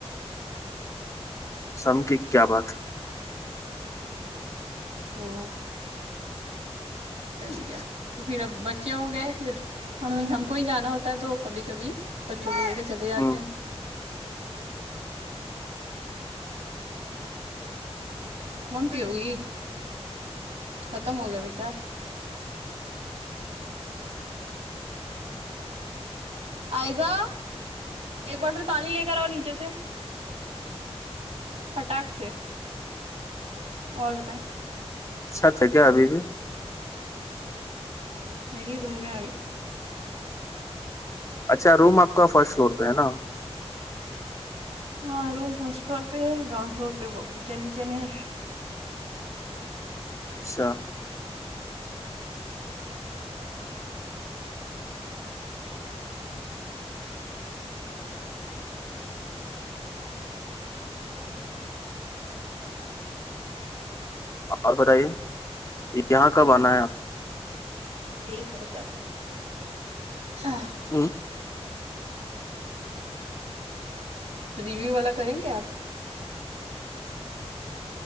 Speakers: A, on the left (about 30°); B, on the right (about 75°).
A: سرم کی کیا بات
B: ہاں پتہ نہیں کیا تو پھر اب بچے ہو گئے پھر ہم ہم کو ہی جانا ہوتا ہے تو کبھی کبھی بچوں کو لے کے چلے جاتے
A: ہ
B: ہیں مم پیوگی ختم ہو گیا بیٹا آئزہ ایک بوٹل پانی لے کر آؤ نیچے سے فٹاک سے اور بتائیں
A: سچ ہے کیا ابھی بھی
B: نہیں روم میں آ گئے
A: اچھا روم آپ کا فرسٹ فلور پہ ہے نا
B: ہاں روم فرسٹ فلور پہ ہے گراؤنڈ فلور پہ وہ کچن وچن ہے
A: اچھا اور بتائیے یہاں کب آنا ہے آپ
B: ٹھیک ہے سب ہاں
A: ہوں،
B: ریویو والا کریں گے آپ